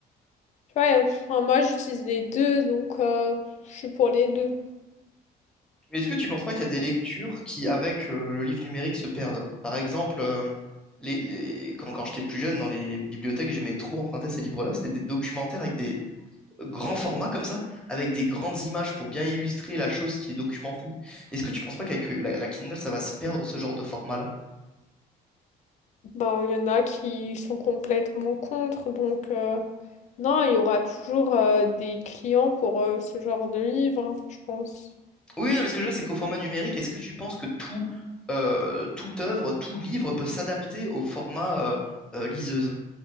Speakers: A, on the left; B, in the centre.
A: Tu vois, et, enfin, moi j'utilise les deux, donc euh, je suis pour les deux.
B: Mais est-ce que tu penses pas qu'il y a des lectures qui, avec euh, le livre numérique, se perdent? Par exemple, euh, les, les- quand, quand j'étais plus jeune, dans les bibliothèques, j'aimais trop emprunter ces livres-là. C'était des documentaires avec des grands formats comme ça, avec des grandes images pour bien illustrer la chose qui est documentée. Est-ce que tu penses pas qu'avec euh, la, la Kindle, ça va se perdre ce genre de format-là?
A: Bah il y en a qui sont complètement contre, donc euh, non, il y aura toujours euh, des clients pour euh, ce genre de livre, hein, je pense.
B: Oui, non, mais ce que je veux dire, c'est qu'au format numérique, est-ce que tu penses que tout, euh, toute œuvre, tout livre peut s'adapter au format euh, euh, liseuse?